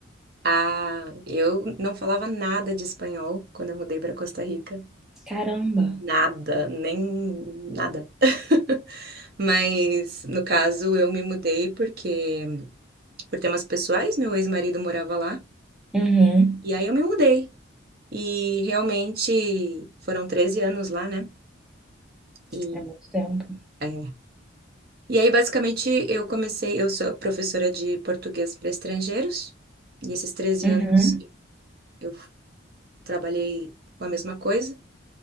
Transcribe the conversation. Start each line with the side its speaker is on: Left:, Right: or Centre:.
Right: Ah, eu não falava nada de espanhol quando eu mudei para Costa Rica.
Centre: Caramba.
Right: Nada, nem nada. <laughs> Mas, no caso, eu me mudei porque, por temas pessoais, meu ex-marido morava lá.
Centre: Uhum.
Right: E aí eu me mudei. E realmente foram 13 anos lá, né? E,
Centre: É muito tempo.
Right: é. E aí, basicamente, eu comecei. Eu sou professora de português para estrangeiros. E esses treze
Centre: Uhum.
Right: anos eu trabalhei com a mesma coisa.